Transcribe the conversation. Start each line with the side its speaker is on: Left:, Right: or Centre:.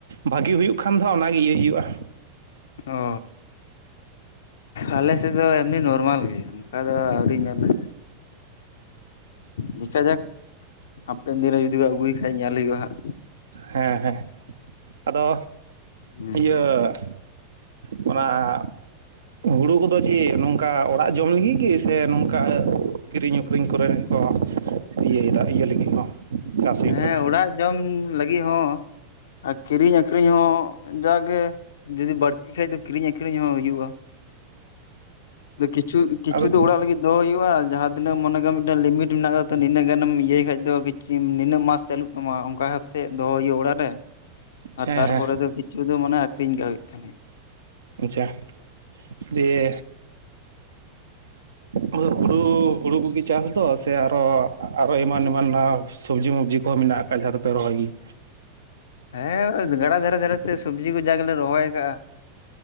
Right: ᱵᱷᱟᱹᱜᱤ ᱦᱩᱭᱩᱜ ᱠᱷᱟᱱ ᱫᱚ ᱚᱱᱟᱜᱮ ᱤᱭᱟᱹᱭ ᱦᱩᱭᱩᱜ-ᱟ᱾
Left: ᱚ ᱟᱞᱮ ᱥᱮᱫ ᱫᱚ ᱮᱢᱱᱤ ᱱᱚᱨᱢᱟᱞ ᱜᱮ᱾ ᱚᱠᱟ ᱫᱚ ᱟᱹᱣᱨᱤᱧ ᱧᱮᱞᱟ ᱫᱤᱠᱷᱟ ᱡᱟᱠ ᱦᱟᱯᱮᱱ ᱫᱤᱱᱨᱮ ᱡᱩᱫᱤ ᱠᱚ ᱟᱹᱜᱩᱭ ᱠᱷᱟᱡ ᱧᱮᱞ ᱦᱩᱭᱩᱜ-ᱟ ᱦᱟᱸᱜ
Right: ᱦᱮᱸ ᱦᱮᱸ ᱟᱫᱚ
Left: ᱦᱮᱸ
Right: ᱤᱭᱟᱹ ᱚᱱᱟ ᱦᱩᱲᱩ ᱠᱚᱫᱚ ᱪᱮᱫ ᱱᱚᱝᱠᱟ ᱚᱲᱟᱜ ᱡᱚᱢ ᱞᱟᱹᱜᱤᱫ ᱜᱮ ᱥᱮ ᱱᱚᱝᱠᱟ ᱠᱤᱨᱤᱧ ᱟᱹᱠᱷᱨᱤᱧ ᱠᱚᱨᱮ ᱠᱚ ᱤᱭᱟᱹᱭᱮᱫᱟ ᱤᱭᱟᱹ ᱞᱟᱹᱜᱤᱫ ᱦᱚᱸ ᱪᱟᱥ ᱦᱩᱭᱩᱜ
Left: ᱦᱮᱸ
Right: ᱠᱟᱱᱟ
Left: ᱚᱲᱟᱜ ᱡᱚᱢ ᱞᱟᱹᱜᱤᱫ ᱦᱚᱸ ᱟᱨ ᱠᱤᱨᱤᱧ ᱟᱹᱠᱷᱨᱤᱧ ᱦᱚᱸ ᱡᱟᱜᱮ ᱡᱩᱫᱤ ᱵᱟᱹᱲᱛᱤᱜ ᱠᱷᱟᱡ ᱫᱚ ᱠᱤᱨᱤᱧ ᱟᱹᱠᱷᱨᱤᱧ ᱦᱚᱸ ᱦᱩᱭᱩᱜ-ᱟ᱾ ᱫᱚ ᱠᱤᱪᱷᱩ ᱠᱤᱪᱷᱩ
Right: ᱟᱫᱚ
Left: ᱫᱚ ᱚᱲᱟᱜ ᱞᱟᱹᱜᱤᱫ ᱫᱚᱦᱚᱭ ᱦᱩᱭᱩᱜ-ᱟ ᱡᱟᱦᱟᱸ ᱛᱤᱱᱟᱹᱜ ᱢᱚᱱᱮ ᱠᱟᱜ ᱢᱤᱫᱴᱮᱡ ᱞᱤᱢᱤᱴ ᱢᱮᱱᱟᱜ ᱠᱟᱫᱟ ᱛᱚ ᱱᱤᱱᱟᱹᱜ ᱜᱟᱱᱮᱢ ᱤᱭᱟᱹᱭ ᱠᱷᱟᱡ ᱫᱚ ᱠᱤᱪᱷᱤ ᱱᱤᱱᱟᱹᱜ ᱢᱟᱥ ᱪᱟᱹᱞᱩᱜ ᱛᱟᱢᱟ ᱚᱝᱠᱟ ᱠᱟᱛᱮᱜ ᱫᱚᱦᱚ ᱦᱩᱭᱩᱜ-ᱟ ᱚᱲᱟᱜ ᱨᱮ ᱟᱨ
Right: ᱦᱮᱸ
Left: ᱛᱟᱨᱯᱚᱨᱮ
Right: ᱦᱮᱸ
Left: ᱫᱚ ᱠᱤ ᱪᱷᱩ ᱫᱚ ᱢᱟᱱᱮ ᱟᱹᱠᱷᱨᱤᱧ ᱠᱟ ᱦᱩᱭᱩᱜ ᱛᱟᱢᱟ᱾
Right: ᱟᱪᱪᱷᱟ ᱫᱤᱭᱮ ᱟᱫᱚ ᱦᱩᱲᱩ ᱦᱩᱲᱩ ᱠᱚᱜᱮ ᱪᱟᱥ ᱫᱚ ᱥᱮ ᱟᱨᱚ ᱟᱨᱚ ᱮᱢᱟᱱ ᱮᱢᱟᱱᱟᱜ ᱥᱚᱵᱽᱡᱤ ᱢᱚᱵᱽᱡᱤ ᱠᱚᱦᱚᱸ ᱢᱮᱱᱟᱜ ᱟᱠᱟᱫ ᱡᱟᱦᱟᱸ ᱫᱚᱯᱮ ᱨᱚᱦᱚᱭ ᱜᱮᱭᱟ
Left: ᱦᱮᱸ ᱜᱟᱰᱟ ᱫᱷᱟᱨᱮ ᱫᱷᱟᱨᱮ ᱛᱮ ᱥᱚᱵᱽᱡᱤ ᱠᱚ ᱡᱟ ᱜᱮᱞᱮ ᱨᱚᱦᱚᱭ ᱠᱟᱜ-ᱟ᱾